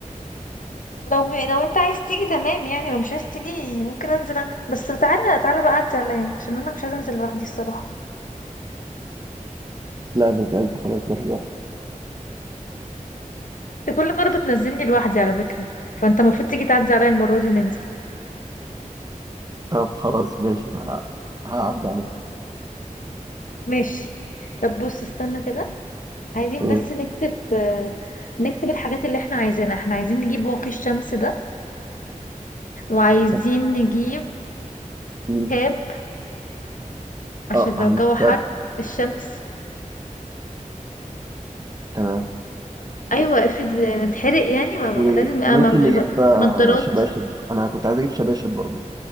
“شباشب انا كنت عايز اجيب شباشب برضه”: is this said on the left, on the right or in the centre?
Right